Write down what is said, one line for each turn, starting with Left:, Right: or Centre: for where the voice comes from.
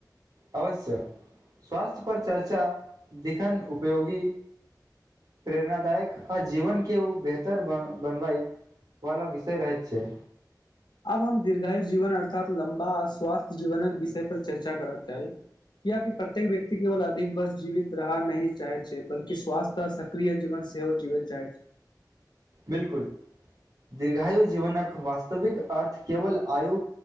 Right: अवश्य स्वास्थ्य पर चर्चा दिखन उपयोगी प्रेरणदायक आ जीवन केव बेहतर बनवइ वाला विषय रहैत छै
Left: आब हम दीर्घायु जीवन अर्थात लम्बा आ स्वास्थ्य जीवनक विषय पर चर्चा करक चाही कियि प्रत्येक व्यक्ति केवल अधिक बस जीवित रहना नहि चाहै छै बल्ि स्वास्थ्य आ सक्रिय जीवन से सेहो जीवित जाइत
Right: बिलकुल दीर्घायु जीवनकक वास्तविक अर्थ केवल आयु